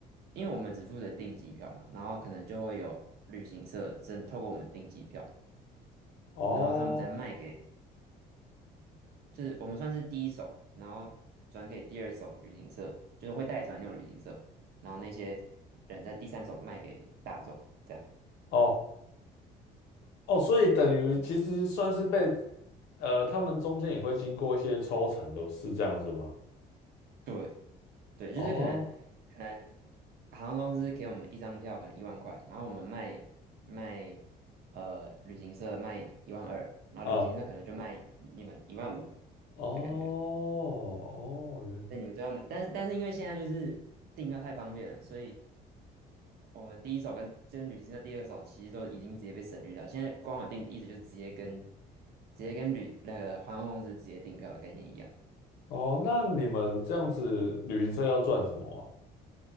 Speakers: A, on the right; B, on the left.
A: 因为我们只负责订机票嘛，然后可能就会有旅行社真透过我们订机票，
B: 哦
A: 然后他们再卖给，就是我们算是第一手，然后转给第二手旅行社，就是会带团那种旅行社，然后那些人在第三手卖给大众。这样。
B: 哦哦，所以等于其实算是被呃，他们中间也会经过一些抽成的，是这样子吗？
A: 对对，
B: 哦，
A: 就是可能可能航空公司给我们一张票，可能一万块，然后我们卖卖呃旅行社卖一万二，然后旅行社可能就卖你们一万五
B: 啊，哦哦，
A: 的感觉。
B: 原
A: 那你们最后拿，但是但是因为现在就是订票太方便了，所以我们第一手跟跟旅行社第二手其实都已经直接被省略掉。现在官网订意思就是直接跟直接跟旅那个航空公司直接订票的概念一样。
B: 哦，那你们这样子旅行社要赚什么啊？